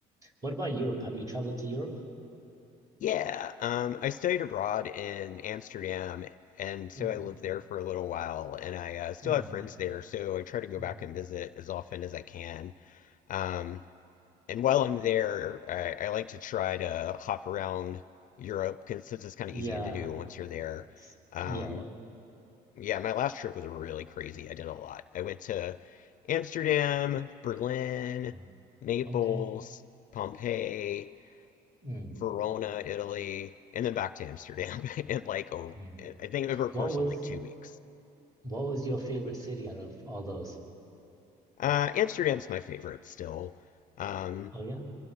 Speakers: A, on the right; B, on the left.
A: what about Europe? Have you traveled to Europe?
B: Yeah, um, I studied abroad in Amsterdam, and so
A: Mm,
B: I lived there for a little while, and I uh, still
A: mm,
B: have friends there, so I try to go
A: mm.
B: back and visit as often as I can. Um, and while I'm there, I, I like to try to hop around Europe because it's kind of
A: Yeah.
B: easy to do once you're there.
A: S-
B: Um,
A: Yeah. well,
B: Yeah, my last trip was really crazy. I did a lot. I went to Amsterdam, Berlin,
A: mm,
B: Naples,
A: Okay.
B: Pompeii,
A: Mm,
B: Verona, Italy, and then back to Amsterdam <laughs> in like oh,
A: mm.
B: I think over a
A: What
B: course
A: was
B: of like two weeks.
A: what was your favorite city out of all those?
B: Uh, Amsterdam's my favorite still. Um,
A: Oh yeah.